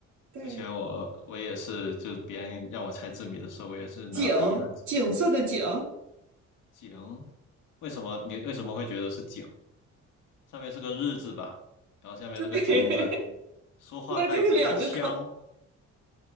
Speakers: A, on the right; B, on the left.
A: 带
B: 之前我我也是，就别人让我猜字谜的时候，我也是拿笔和纸。
A: 景，景色的景，
B: 井，为什么你为什么会觉得是井？上面是个日字吧，然后下面是个金字。
A: <laughs>
B: 说话带金腔，
A: 那就是两个口。